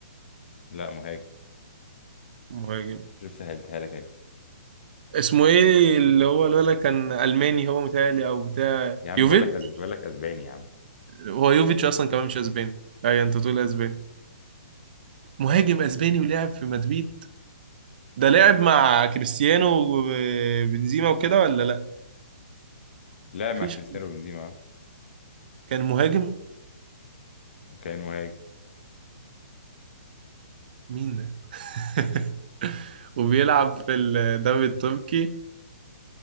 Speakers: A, on the left; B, on the right.
A: لا مهاجم
B: مهاجم
A: شوف سهلتها لك اهي
B: اسمه ايه اللي هو الولد كان الماني هو متهيألي او بتاع
A: يا عم
B: يوفيتش
A: بقول لك أسب... بقول لك أسباني يا عم
B: هو يوفيتش اصلا كمان مش اسباني اي انت تقول اسباني مهاجم اسباني ولعب في مدريد ده لعب مع كريستيانو وبنزيما وكده ولا لا
A: لا مع
B: مفيش
A: كريستيانو بنزيما آه.
B: كان مهاجم
A: وكان مهاجم
B: مين ده <laughs> وبيلعب في الدوري التركي